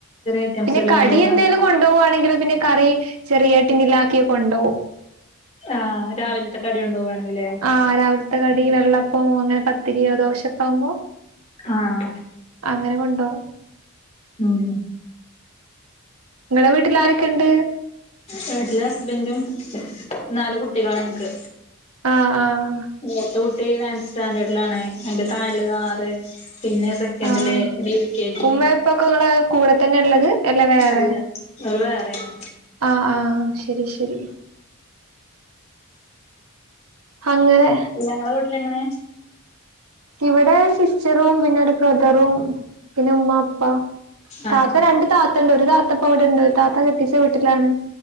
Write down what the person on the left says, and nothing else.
ഐറ്റംസ്
അല്ലേ
കൊണ്ടോവാ
ആഹ് രാവിലത്തെ കടി കൊണ്ടോവാണെങ്കി ല്ലേ.
ആഹ്
ഉം
വീട്ടില് ഹസ്ബൻഡും നാലു കുട്ടികളാ ഇൻക്ക്.
മൂത്ത കു ട്ടി നയൺത് സ്റ്റാൻഡേർഡിലാണ്. അതിൻ്റെ താഴെല്ലത് ആറ്, പിന്നെ സെ ക്കെൻ്റ്ല്
പിന്നെ യു കെ ജി.
അല്ല ഓര് വേറെയാണ്
ഇയ ഇങ്ങളെ വീട്ടിലെങ്ങനെ?
ആഹ്